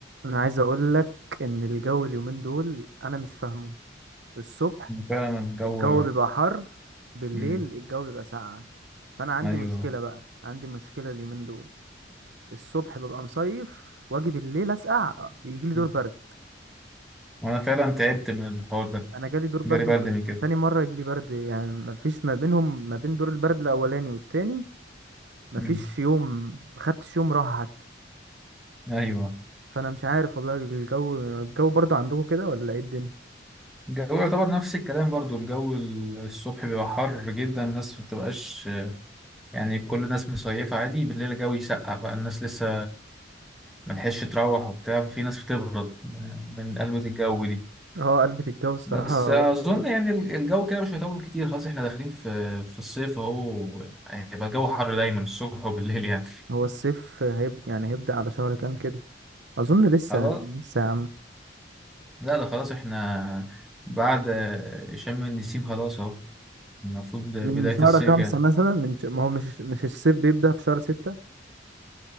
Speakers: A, on the right; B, in the centre.
A: انا عايز اقول لك ان الجو اليومين دول انا مش فاهمه الصبح
B: فعلا الجو
A: الجو بيبقى حر بالليل
B: مم.
A: الجو بيبقى ساقع فانا عندي
B: ايوه
A: مشكله بقى عندي مشكله اليومين دول الصبح ببقى مصيف واجي بالليل اسقع يجي لي دور
B: مم.
A: برد
B: وانا فعلا تعبت من الحوار ده
A: انا جالي دور برد
B: جالي برد
A: مرتين
B: من كده
A: أنا تاني مره يجي لي برد يعني مفيش ما بينهم ما بين دور البرد الاولاني والتاني مفيش
B: مم.
A: يوم مخدتش يوم راحه حتى
B: ايوه
A: فانا مش عارف والله الجو الجو برضو عندكم كده ولا ايه الدنيا
B: الجو يعتبر نفس الكلام برضو الجو ال- الصبح بيبقى حر جدا الناس ما بتبقاش يعني كل الناس مصيفة عادي بالليل الجو يسقع بقى الناس لسه ملحقش تروح وبتاع في ناس بتبرد من قلبة الجو دي
A: اه قلبة الجو الصراحة
B: بس اظن
A: وحش
B: يعني ال- الجو كده مش هيطول كتير خلاص احنا داخلين في في الصيف اهو هيبقى الجو حر دايما الصبح وبالليل يعني
A: هو الصيف هيبدأ يعني هيبدأ على شهر كام كده أظن لسه
B: خلاص
A: لسه يا عم
B: لا ده خلاص احنا بعد شم النسيم خلاص اهو المفروض بداية
A: من شهر
B: الصيف
A: خمسة
B: يعني
A: مثلا من ش... ما هو مش مش الصيف بيبدأ في شهر ستة